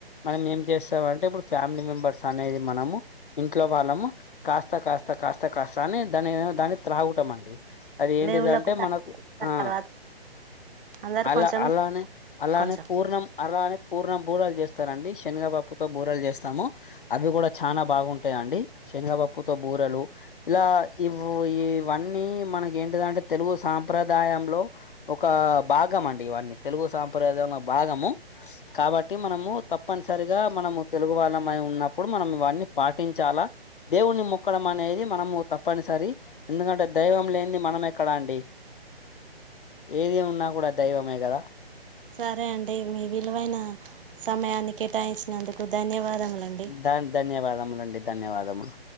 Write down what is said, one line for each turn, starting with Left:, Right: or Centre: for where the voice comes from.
Left: మనం చేస్తాంటే ఇప్పుడు ఫ్యామిలీ మెంబర్స్ అనేది మనము ఇంట్లో వాళ్ళము కాస్త కాస్త కాస్త కాస్త అని దాని దాన్ని త్రాగటం అండి అది ఏంటిది
Right: దేవుళ్ళకు
Left: అంటే
Right: తాంబూలాలు
Left: మనకు ఆ
Right: తర్వాత అందరు
Left: అల్
Right: కొంచెం
Left: అల్లానే అల్లాహనే
Right: కొంచెం
Left: పూర్ణం అల్లానే పూర్ణం బూరలు చేస్తారండి శనగబాప్పుతో బూరలు చేస్తాము అవి కూడా చాలా బాగుంటా ఉంటాయండి శనగపప్పుతో బూరెలు ఇలా ఇ ఇవన్నీ మనక ఏంటిదంటే తెలుగు సాంప్రదాయంలో ఒక భాగం అండి ఇవన్నీ తెలుగు సాంప్రదాయంలో భాగము కాబట్టి మనము తప్పనిసరి మనము తెలుగు వాళ్ళ ఉన్నప్పుడు మనం వాడిని పాటించాలా దేవుని మొక్కడం అనేది మనం తప్పనిసరి ఎందుకంటే దైవం లేనిది మనం ఎక్కడా అండి ఏది ఉన్నా కూడా దైవమే కదా
Right: సరే అండి మీ విలువైన సమయాన్ని కేటాయించినందుకు ధన్యవాదములండి
Left: న్ ధన్యవాదములండి ధన్యవాదములు